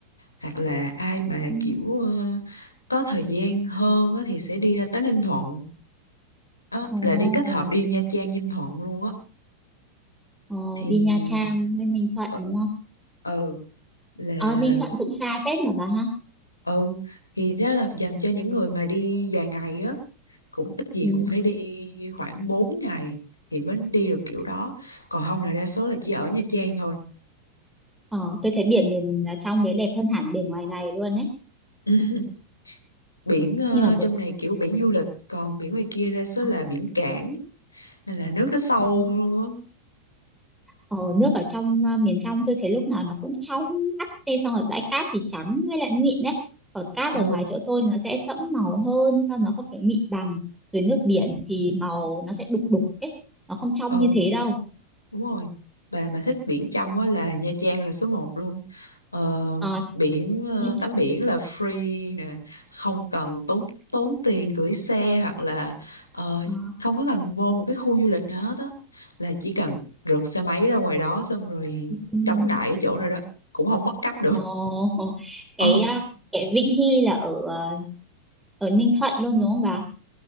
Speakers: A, on the left; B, in the centre.
A: hoặc là ai mà
B: ừ.
A: kiểu ờ, có thời gian hơn á thì sẽ đi ra tới Ninh Thuận đó,
B: ồ
A: là đi kết hợp đi Nha Trang Ninh Thuận luôn á
B: ờ,
A: thì
B: đi Nha Trang với Ninh Thuận
A: ờ,
B: đúng không
A: ừ là
B: ờ Ninh Thuận cũng xa phết mà bà ha
A: ừ thì đó là dành cho những người mà đi dài ngày á cũng ít gì
B: ừ.
A: cũng phải đi khoảng 4 ngày thì mới đi được kiểu đó còn không là đa số là chỉ ở Nha Trang thôi
B: ờ tôi thấy biển miền trong đấy đẹp hơn hẳn biển ngoài này luôn ấy
A: <laughs> biển ờ,
B: nhưng mà
A: trong
B: mỗi
A: này kiểu biển du lịch còn biển ngoài kia đa số
B: ờ,
A: là biển cảng nên là nước nó sâu
B: ờ.
A: luôn á
B: Ờ, nước ở trong ờ, miền trong tôi thấy lúc nào nó cũng trongắt tê xong rồi bãi cát thì trắng với lại mịn đấy còn cát
A: ừ
B: ở ngoài chỗ tôi nó sẽ sẫm màu hơn sao nó không phải mịn bằng rồi nước biển thì màu nó sẽ đục đục ấy nó không trong
A: ừ
B: như thế đâu
A: Đúng rồi. Bà mà thích biển trong á là Nha Trang là số một luôn. Ờ,
B: ờ
A: biển ờ,
B: như
A: tắm biển là free nè, không cần tốn tốn tiền gửi xe hoặc là ờ,
B: ờ,
A: không có cần vô một cái khu du lịch nào hết á là chỉ cần rượt xe máy ra ngoài đó xong rồi
B: ừm,
A: chống đại ở chỗ nào đó cũng không mất cắp được.
B: ờ, <laughs>
A: Ờ,
B: cái ờ, cái Vĩnh Hy là ở ờ, ở Ninh Thuận luôn đúng không bà